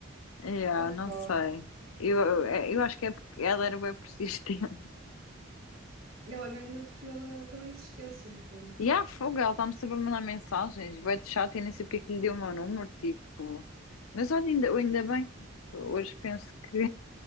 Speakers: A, on the left; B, on the right.
A: Yeah,
B: Opa.
A: não sei. Eu, eu, eu acho que é porque ela era bem persistente. <laughs>
B: Ela ganhou-te pela, pela existência, no fundo.
A: E há fogo, ela está-me sempre a mandar mensagens. Bué de chato, eu nem sei porque que lhe deu o meu número, tipo. Mas olha, ainda, ainda bem. Hoje penso que